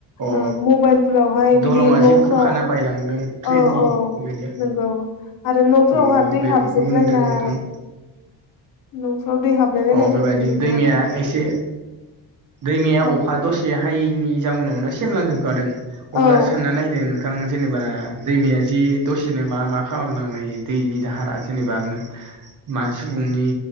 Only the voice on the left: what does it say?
ओ मबाइल फोरावहाय
बिदि न'फोराव
औ औ
नंगौ, आरो न'फोरावहा
दै
हाबजोबलायनाय
न'फोराव दै हाबलाय लायनाय
फोरखौबो नुदों
आरो।
औ
औ